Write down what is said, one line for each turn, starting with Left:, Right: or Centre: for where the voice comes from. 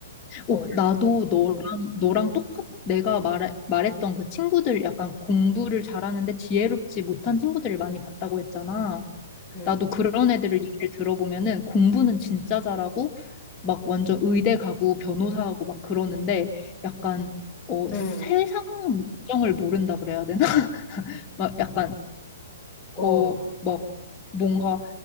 Centre: 어.
Left: 오, 나도 너랑, 너랑 똑같, 내가 말, 말했던 그 친구들 약간 공부를 잘하는데 지혜롭지 못한 친구들을 많이 봤다고 했잖아.
Centre: 음,
Left: 나도 그런 애들을 얘기를 들어보면은 공부는 진짜 잘하고, 막 완전 의대 가고 변호사하고 막 그러는데 약간, 어,
Centre: 음,
Left: 세상 물정을 모른다 그래야 되나? <laughs> 막 약간
Centre: 어,
Left: 어, 막 뭔가